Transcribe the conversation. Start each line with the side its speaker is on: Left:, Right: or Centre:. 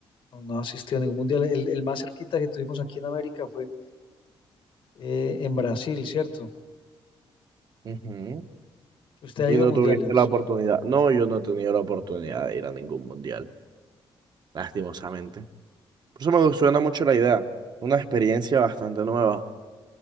Left: no, no he asistido a ningún mundial. El, el más cerquita que tuvimos aquí en América fue eh, en Brasil, ¿cierto?
Right: Ujú.
Left: Usted ha
Right: Y
Left: ido
Right: no
Left: a mundiales,
Right: tuviste la oportunidad. No, yo no he tenido la oportunidad de ir a ningún mundial, lastimosamente. Por eso me suena mucho la idea. Una experiencia bastante nueva.